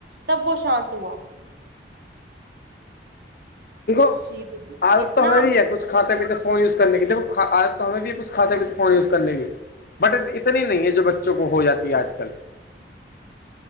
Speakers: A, on the right; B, on the left.
A: تب وہ شانت ہوا
B: دیکھو
A: جی دیکھیے
B: عادت
A: اتنا
B: تو ہے
A: ہم
B: ہی
A: کو
B: ہے کچھ فون یوزنے کی جب تو ہمیں بھی کھ کھاے بھی تھے فون یوز کرنے کی بٹ اتنی نہیں ہے جو بچوں کو ہو جاتی ہے آج کل